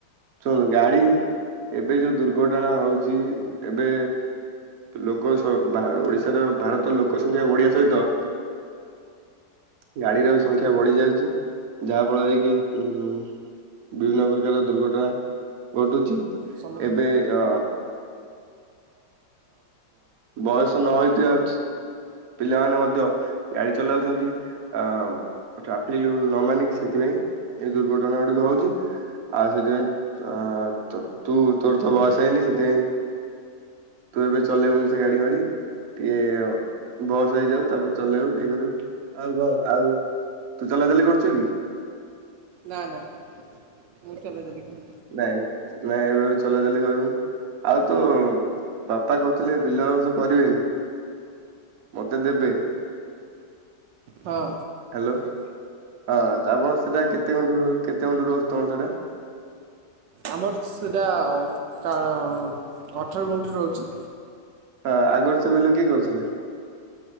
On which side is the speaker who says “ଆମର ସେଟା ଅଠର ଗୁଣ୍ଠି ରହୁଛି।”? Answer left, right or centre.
Right